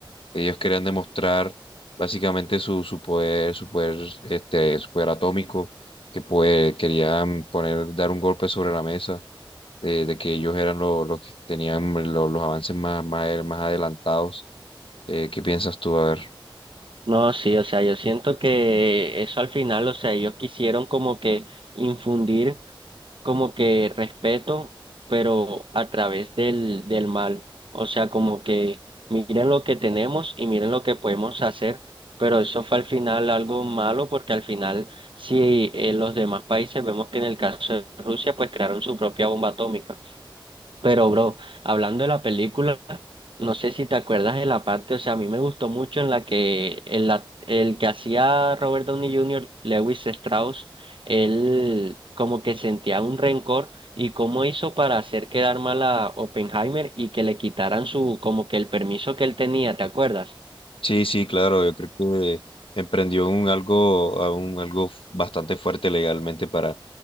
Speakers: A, on the left; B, on the right.
A: ellos querían demostrar básicamente su, su poder, su poder, este, su poder atómico, que pues querían poner, dar un golpe sobre la mesa, de, de que ellos eran lo- los que tenían lo- los avances más, más, más adelantados. Eh, ¿qué piensas tú? A ver.
B: No, sí, o sea, yo siento que eso al final, o sea, ellos quisieron como que infundir como que respeto, pero a través del, del mal. O sea, como que miren lo que tenemos y miren lo que podemos hacer, pero eso fue al final algo malo porque al final, si en los demás países vemos que en el caso de Rusia, pues crearon su propia bomba atómica. Pero, bro, hablando de la película... No sé si te acuerdas de la parte, o sea, a mí me gustó mucho en la que en la- el que hacía Robert Downey Jr., Lewis Strauss, él como que sentía un rencor y cómo hizo para hacer quedar mal a Oppenheimer y que le quitaran su, como que el permiso que él tenía, ¿te acuerdas?
A: Sí, sí, claro, yo creo que emprendió un algo, a un algo bastante fuerte legalmente para,